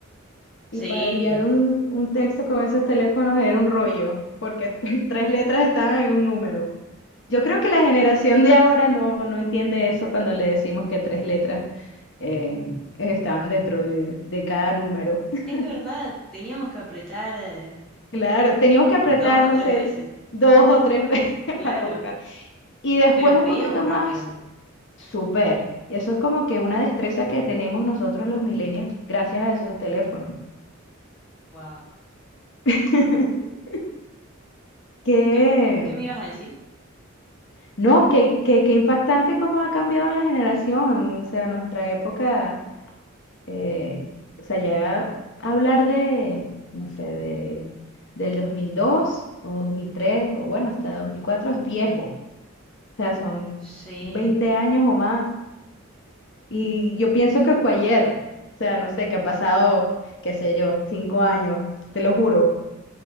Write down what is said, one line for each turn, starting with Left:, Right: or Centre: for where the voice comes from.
Left: Y
Centre: Sí,
Left: para enviar un, un texto con esos teléfonos era un rollo, porque <laughs> tres letras estaban en un número. Yo creo que la generación de ahora no, no entiende eso cuando le decimos que tres letras eh, estaban dentro de, de cada número. <laughs>
Centre: es verdad. Teníamos que apretar eh,
Left: Claro,
Centre: d-
Left: teníamos
Centre: u-
Left: que apretar,
Centre: dos o
Left: no
Centre: tres
Left: sé,
Centre: veces.
Left: dos o tres <laughs> veces
Centre: Claro.
Left: para buscar. Y después
Centre: Pero escribíamos
Left: un poquito
Centre: rápido.
Left: más, súper. Y eso es como que una destreza que tenemos nosotros los millennials gracias a esos teléfonos.
Centre: Wow.
Left: <laughs> Que,
Centre: ¿Y qué, qué me ibas a decir?
Left: no, que, que, que impactante cómo ha cambiado la generación. O sea, nuestra época eh, o sea, ya hablar de, no sé, de, del 2002 o 2003 o bueno, hasta 2004 es viejo. O sea, son
Centre: Sí.
Left: 20 años o más. Y yo pienso que fue ayer. O sea, no sé, que ha pasado, qué sé yo, cinco años, te lo juro.